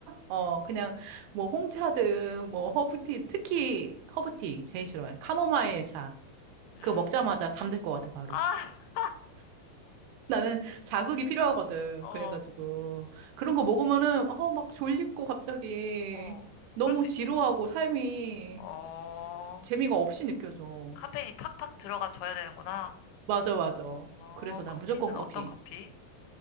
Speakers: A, on the right; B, on the left.
A: 어, 그냥 뭐 홍차든 뭐 허브티, 특히 허브티 제일 싫어해. 카모마일 차.
B: 음,
A: 그거 먹자마자 잠들 것 같아, 바로.
B: 아, <laughs>
A: 나는 자극이 필요하거든.
B: 어,
A: 그래가지고. 그런 거 먹으면은, 어, 막 졸립고 갑자기
B: 어,
A: 너무
B: 그럴 수
A: 지루하고
B: 있지.
A: 삶이
B: 어,
A: 재미가 없이 느껴져.
B: 카페인이 팍팍 들어가 줘야 되는구나.
A: 맞아, 맞아.
B: 어,
A: 그래서 난
B: 커피는
A: 무조건 커피.
B: 어떤 커피?